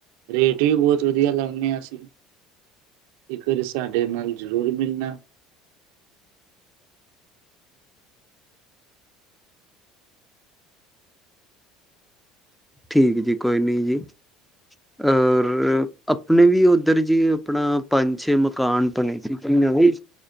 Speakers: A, on the right; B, in the centre.
A: ਰੇਟ ਵੀ ਬਹੁਤ ਵਧੀਆ ਲਾਉਂਦੇ ਹਾਂ ਅਸੀਂ। ਇੱਕ ਵਾਰੀ ਸਾਡੇ ਨਾਲ ਜ਼ਰੂਰ ਮਿਲਣਾ।
B: ਠੀਕ ਹੈ ਜੀ ਕੋਈ ਨਹੀਂ ਜੀ ਔਰ। ਆਪਣੇ ਵੀ ਉਧਰ ਜੀ ਆਪਣਾ ਪੰਜ ਛੇ ਮਕਾਨ ਬਣੇ ਸੀ ਨਵੇ